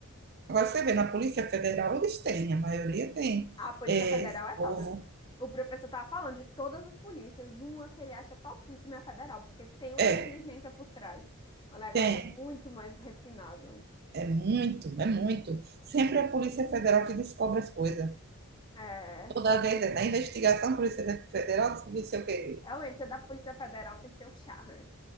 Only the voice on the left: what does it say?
Ah, A Polícia
Federal
é top.
O professor tava falando de todas as polícias, uma que ele acha topíssima é a federal, porque tem uma
inteligência por trás. O negócio
é muito mais refinado.
É,
realmente, ser da Polícia Federal tem seu charme.